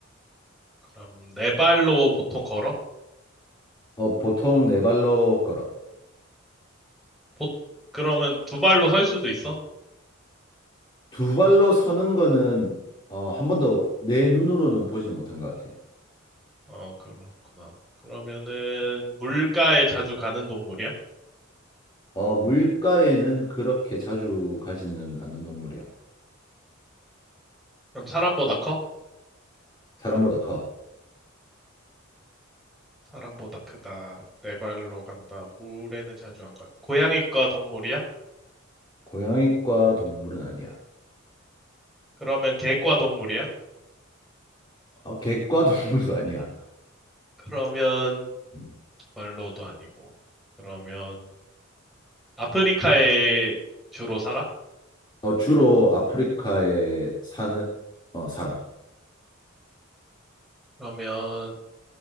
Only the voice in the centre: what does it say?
그럼 네 발로 보통 걸어?
보- 그러면 두 발로 설 수도 있어?
어, 그렇구나. 그러면은 물가에 자주 가는 동물이야?
그럼 사람보다 커?
사람보다 크다. 네 발로 간다. 물에는 자주 안 간다. 고양이과 동물이야?
그러면 개과 동물이야?
그러면
두 발로도 아니고. 그러면 아프리카에 주로 살아?
그러면